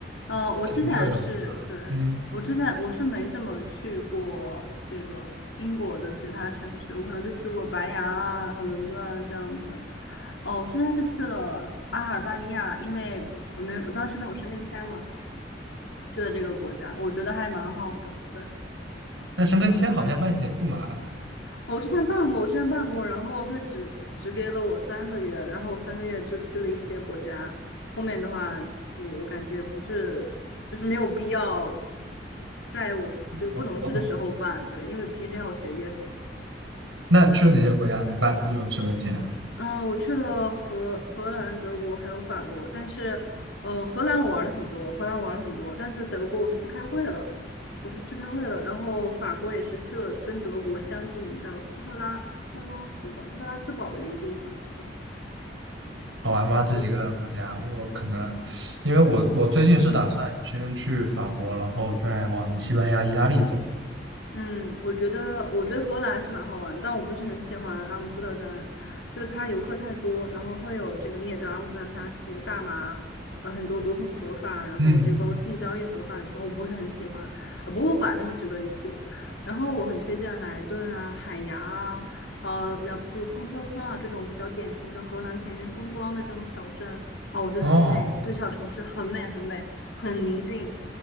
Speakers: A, on the left; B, on the right.
A: 呃，我之前是对
B: 解决这种地方，嗯，
A: 我之前我是没怎么去过这个英国的其他城市，我可能就去过白牙啊，然后伦敦啊这样子。哦，我之前是去了阿尔巴尼亚，因为我没有，我当时没有申根签嘛，去了这个国家，我觉得还蛮好的。对，
B: 那申根签好像办起来不麻烦。
A: 哦我之前办过，我之前办过，然后他只只给了我三个月，然后我三个月就去了一些国家，后面的话就我感觉不是，就是没有必要在我这个不能去的时候办，
B: 嗯，我懂。
A: 对，因为平时还有学业什么的。
B: 那去了哪些国家？你办有申根签啊？
A: 嗯，我去了荷荷兰、德国还有法国，但是，呃，荷兰我玩了很多，荷兰玩了很多，但是德国我是去开会了，我是去开会了，然后法国也是去了跟德国相近，叫斯特拉斯特拉夫堡、斯特拉斯堡的一个地方，对
B: 好玩吗？这几个国家，
A: 对，
B: 我可能
A: 嗯。
B: 因为我我最近是打算先去法国，
A: 嗯，
B: 然后再往西班牙、意大利走。
A: 嗯，我觉得，我觉得荷兰是蛮好玩，但我不是很喜欢阿姆斯特丹，就它游客太多，然后会有这个，你也知道阿姆斯特丹它是这个大麻，呃，很多毒品合法，然后这个包括性交易合法的地方，
B: 嗯，
A: 我不是很喜欢。呃博物馆倒是值得一去，然后我很推荐莱顿啊、海牙啊，呃，然后就是风车村啊这种比较典型的荷兰田园风光的这种小镇，哦，我觉得很美，
B: 哦，
A: 对，小城市很美很美，很宁静，